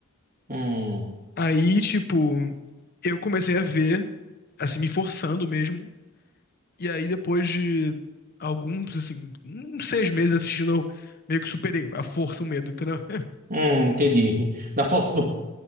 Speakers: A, on the right; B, on the left.
A: Hum,
B: Aí, tipo, eu comecei a ver, assim, me forçando mesmo. E aí, depois de alguns, assim, uns seis meses assistindo, eu meio que superei a força, o medo, entendeu? <laughs>
A: hum, entendi. Na força do.